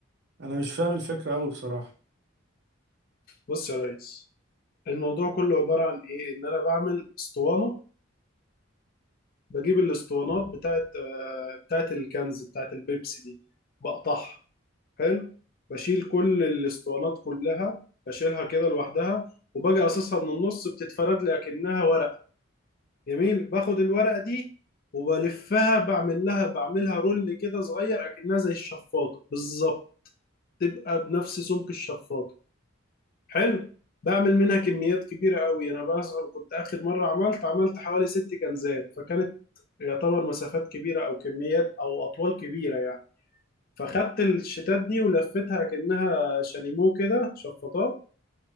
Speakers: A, on the right; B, on the left.
A: أنا مش فاهم الفكرة أوي بصراحة
B: بص يا ريس الموضوع كله عباره عن ايه ان انا بعمل اسطوانه بجيب الاسطوانات بتاعت آه، بتاعت الكنز بتاعت البيبسي دي بقطعها حلو بشيل كل الاسطوانات كلها بشيلها كده لوحدها وباجي قاصصها من النص بتتفرد لي اكنها ورقه جميل باخد الورقه دي وبلفها بعمل لها بعملها رول كده صغير اكنها زي الشفاطه بالظبط تبقى بنفس سمك الشفاطه حلو بعمل منها كميات كبيرة قوي أنا مثلا كنت آخر مرة عملت عملت حوالي ست كنزات فكانت يعتبر مسافات كبيرة أو كميات أو أطوال كبيرة يعني فخدت الشتات دي ولفتها كأنها شاليمو كده شفاطات